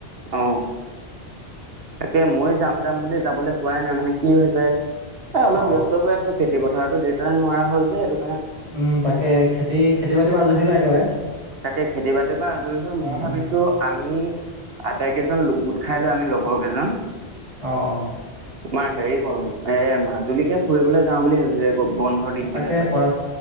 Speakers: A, on the right (about 65°); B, on the right (about 30°).
A: অ তাকে মই যাম যাম বুলি যাবলৈ হোৱাই নাই মানে কি হৈছে এ অলপ
B: অ
A: ব্য্স্ত হৈ আছো খেতি পথাৰতো দেউতাই নোৱাৰা হল যে এইটো
B: উম তাকে খেতি খেতি বাতি বা আজহী লয় একেবাৰে
A: তাকে খেতি বাতিৰ পৰা আজৰি হৈ মই
B: উম
A: ভাবিছো
B: উম
A: আমি আটাই কেইজন গোট খাই লো আমি লগৰ কেইজন
B: আহ অ
A: তোমাৰ হেৰি কৰো এ মাজুলীকে ফুৰিবলৈ যাওঁ বুলি ভাবিছো বন্ধৰ দিন
B: তাকে
A: কেইটাতে
B: পৰা